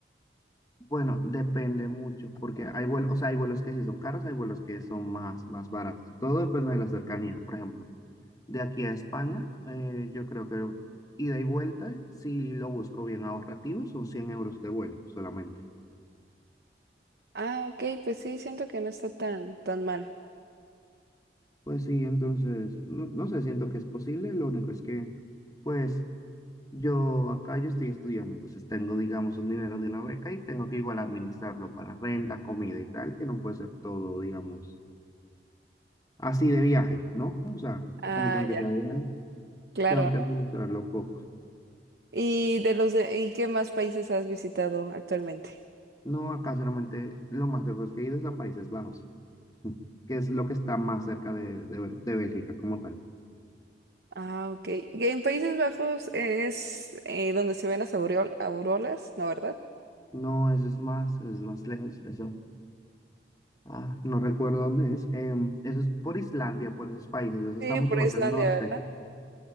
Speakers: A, on the left (about 20°); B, on the right (about 65°).
A: Bueno, depende mucho porque hay vuelos, o sea, hay vuelos que sí son caros, hay vuelos que son más, más baratos. Todo depende de la cercanía. Por ejemplo, de aquí a España, eh, yo creo que ida y vuelta, si lo busco bien ahorrativo, son 100 euros de vuelo solamente.
B: Ah, ok, pues sí, siento que no está tan, tan mal.
A: Pues sí, entonces, no, no sé, siento que es posible, lo único es que, pues, yo acá yo estoy estudiando, entonces tengo, digamos, un dinero de una beca y tengo que igual administrarlo para renta, comida y tal, que no puede ser todo, digamos, así de viaje, ¿no? O sea,
B: Ah,
A: como que aunque
B: ya,
A: sea de viaje,
B: claro,
A: tengo que
B: ¿no?
A: administrarlo poco.
B: ¿Y de los de, y qué más países has visitado actualmente?
A: No, acá solamente lo más lejos que he ido es a Países Bajos, que es lo que está más cerca de, de, de Bélgica como tal.
B: Ah, ok. Y en Países Bajos es eh, donde se ven las aureo- auroras, ¿no, verdad?
A: No, eso es más, eso es más lejos, eso. Ah, no recuerdo dónde es. Em, eso es por Islandia, por esos países. Eso
B: Sí,
A: está mucho
B: por
A: más
B: Islandia,
A: al norte.
B: ¿verdad?